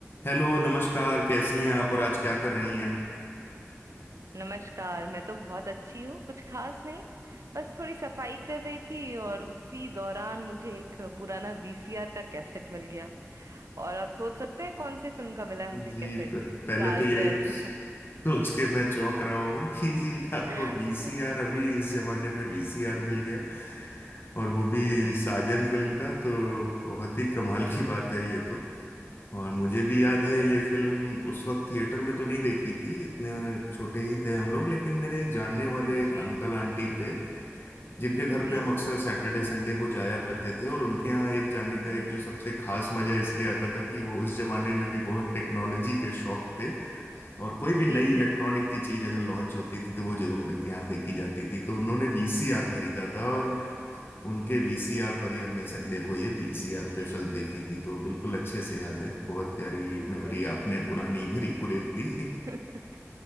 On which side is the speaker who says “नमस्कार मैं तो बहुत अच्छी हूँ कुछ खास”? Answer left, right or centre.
Right